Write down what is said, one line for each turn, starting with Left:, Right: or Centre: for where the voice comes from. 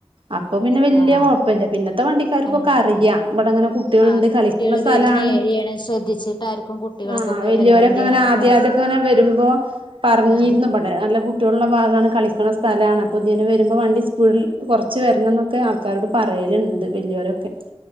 Right: അപ്പൊ പിന്നെ വല്യ
Left: ആഹ്
Right: കുഴപ്പല്ല പിന്നത്തെ വണ്ടിക്കാർക്കൊക്ക
Left: ആഹ്
Right: റിയാ ഇബടെങ്ങനെ കുട്ട്യേള്ണ്ട്
Left: ആഹ്
Right: കളി
Left: കുട്ടികള്
Right: ന്ന സ്ഥലാണ്
Left: വരുന്ന ഏരിയാണ് ശ്രദ്ധിച്ചിട്ടായിരിക്കും കുട്ടികളൊക്കെ
Right: ആഹ് വല്ല്യോരൊക്കെ
Left: അല്ല വണ്ടികളൊക്കെ
Right: അങ്ങനെ ആദ്യാദ്യൊക്കെങ്ങനെ
Left: പാസ്
Right: വരുമ്പോ പറഞ്ഞിരുന്നു
Left: ആഹ്
Right: ബടെ നല്ല കുട്ട്യോ ള്ള്ള ഭാഗാണ് കളിക്കണ സ്ഥലാണ് ത്യേനെ വരുമ്പോ വണ്ടി സ്പീഡ് കുറച്ച് വരണം ന്നൊക്കെ ആൾക്കാരോട് പറയല്ണ്ട് വല്ല്യോരൊക്കെ